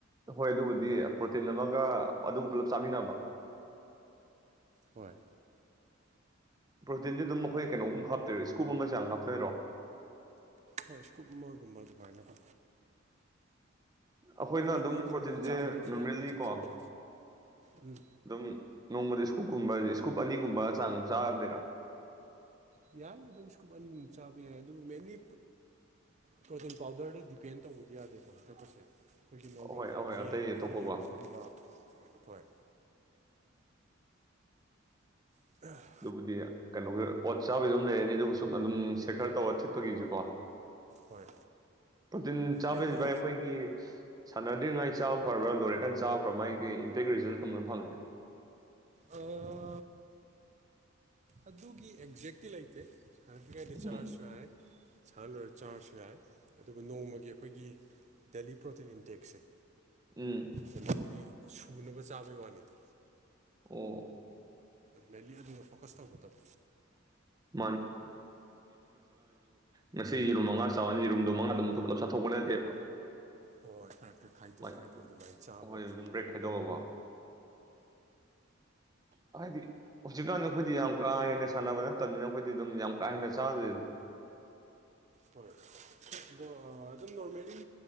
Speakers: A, on the right; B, on the right.
A: ꯍꯣꯏ ꯑꯗꯨꯕꯨꯗꯤ ꯄ꯭ꯔꯣꯇꯤꯟ ꯑꯃꯒ ꯑꯗꯨ ꯄꯨꯂꯞ ꯆꯥꯃꯤꯟꯅꯕ
B: ꯍꯣꯏ
A: ꯄ꯭ꯔꯣꯇꯤꯟꯁꯤ ꯑꯗꯨꯝ ꯃꯈꯣꯏ ꯀꯩꯅꯣꯒꯨꯝ ꯍꯥꯞꯇꯣꯏꯔꯣ ꯏꯁꯀꯨꯞ ꯑꯃ ꯆꯥꯡ ꯍꯥꯞꯇꯣꯏꯔꯣ
B: ꯍꯣꯏ ꯏꯁ ꯀꯨꯝꯕꯒꯨꯝꯕ ꯑꯗꯨꯃꯥꯏꯅꯀꯣ
A: ꯑꯩꯈꯣꯏꯅ
B: ꯃꯦꯟꯂꯤ
A: ꯑꯗꯨꯝ
B: ꯄ꯭ꯔꯣꯇꯤꯟꯒꯨꯝꯕ
A: ꯄ꯭ꯔꯣꯇꯤꯟꯁꯦ
B: ꯆꯥꯕꯗꯗꯤ
A: ꯅꯣꯔꯃꯦꯜꯂꯤ
B: ꯌꯥꯝꯅ ꯆꯦꯛꯁꯤꯟꯅ
A: ꯀꯣ
B: ꯎꯝ
A: ꯑꯗꯨꯝ ꯅꯣꯡꯃꯗꯤ ꯏꯁꯀꯨꯞꯀꯨꯝꯕ ꯏꯁꯀꯨꯞ ꯑꯅꯤꯒꯨꯝꯕ ꯆꯥꯡ ꯆꯥꯔꯗꯦꯔ
B: ꯌꯥꯏ ꯑꯗꯨꯝ ꯏꯁꯀꯨꯞ ꯑꯅꯤꯃꯨꯛ ꯆꯥꯕ ꯌꯥꯏ ꯑꯗꯨꯕꯨ ꯃꯦꯟꯂꯤ ꯄ꯭ꯔꯣꯇꯤꯟ ꯄꯥꯎꯗꯔꯗ ꯗꯤꯄꯦꯟ ꯇꯧꯕꯗꯤ ꯌꯥꯗꯦꯀꯣ ꯗ꯭ꯔꯦꯠ ꯄꯥꯔꯁꯦꯟ ꯑꯩꯈꯣꯏꯒꯤ ꯅꯣꯔꯃꯦꯜ
A: ꯑꯍꯣꯏ
B: ꯗꯥꯏꯠ
A: ꯑꯍꯣꯏ
B: ꯌꯦꯟꯒꯨꯝꯕ
A: ꯑꯇꯩ ꯑꯇꯣꯞꯄꯀꯣ
B: ꯌꯦꯔꯨꯝꯒꯨꯝꯕ ꯍꯣꯏ <unintelligible>
A: ꯑꯗꯨꯕꯨꯗꯤ ꯀꯩꯅꯣꯒꯤ ꯑꯣꯠ ꯆꯥꯕꯗ ꯑꯗꯨꯝ ꯂꯩꯔꯅꯤ ꯑꯗꯨꯒ ꯁꯨꯝ ꯑꯗꯨꯝ ꯁꯦ ꯈꯔ ꯇꯧꯔ ꯊꯤꯠꯄꯒꯤꯁꯨ ꯀꯣ
B: ꯍꯣꯏ
A: ꯄꯇꯤꯟ ꯆꯥꯕꯩꯚꯥꯏ
B: ꯑꯩꯒꯤ
A: ꯑꯩꯈꯣꯏꯒꯤ ꯁꯥꯟꯅꯗꯦꯉꯥꯏ ꯆꯥ ꯐ꯭ꯔꯕ꯭ꯔ ꯂꯣꯏꯔꯀꯥꯟ ꯆꯥꯕ꯭ꯔꯥ ꯐꯥ ꯃꯥꯒꯤ ꯀꯩ ꯏꯝꯄꯦꯛ ꯔꯤꯖꯜ ꯀꯝꯇ ꯐꯪꯉꯒꯦ
B: ꯑꯥ ꯑꯗꯨꯒꯤ ꯑꯦꯛꯖꯦꯛꯇꯤ ꯂꯩꯇꯦ <unintelligible>
A: ꯎꯝ
B: ꯆꯥꯔꯁꯨ ꯍꯥꯏ ꯁꯥꯟꯅ ꯂꯣꯏꯔ ꯆꯥꯔꯁꯨ ꯌꯥꯏ ꯑꯗꯨꯕꯨ ꯅꯣꯡꯃꯒꯤ ꯑꯩꯈꯣꯏꯒꯤ ꯗꯦꯂꯤ ꯄ꯭ꯔꯣꯇꯤꯟ ꯏꯟꯇꯦꯛꯁꯦ
A: ꯎꯝ
B: ꯖꯦꯅꯂꯤ ꯁꯨꯅꯕ ꯆꯥꯕꯩ ꯋꯥꯅꯤꯗ
A: ꯑꯣ
B: ꯃꯦꯟꯂꯤ ꯑꯗꯨꯗ ꯐꯣꯀꯁ ꯇꯧꯕ ꯇꯧ
A: <unintelligible> ꯉꯁꯤ ꯔꯨꯝ ꯃꯉꯥ ꯆꯥꯎꯅ ꯌꯦꯔꯨꯝꯗꯨ ꯃꯉꯥꯗꯨ ꯑꯃꯨꯛꯇ ꯄꯨꯂꯞ ꯆꯥꯊꯣꯛꯄ ꯅꯠꯇꯦꯕ
B: ꯍꯣꯏ <unintelligible>
A: ꯥꯃꯥꯏ
B: ꯑꯗꯨꯃꯥꯏꯅ ꯆꯥꯕꯩ
A: ꯍꯣꯏ
B: ꯋꯥꯅꯤ
A: ꯑꯗꯨꯝ ꯕ꯭ꯔꯦꯛ ꯈꯥꯏꯗꯣꯛꯑꯀꯣ ꯍꯥꯏꯗꯤ ꯍꯧꯖꯤꯛꯀꯥꯟꯗ ꯑꯩꯈꯣꯏꯗꯤ ꯌꯥꯝ ꯀꯥ ꯍꯦꯟꯅ ꯁꯥꯟꯅꯕ ꯅꯠꯇꯝꯅꯤꯅ ꯑꯩꯈꯣꯏꯗꯤ ꯑꯗꯨꯝ ꯌꯥꯝ ꯀꯥ ꯍꯦꯟꯅ ꯆꯥꯗ꯭ꯔꯦ
B: ꯍꯣꯏ ꯑꯗꯣ ꯑꯗꯨꯝ ꯅꯣꯔꯃꯦꯜꯂꯤ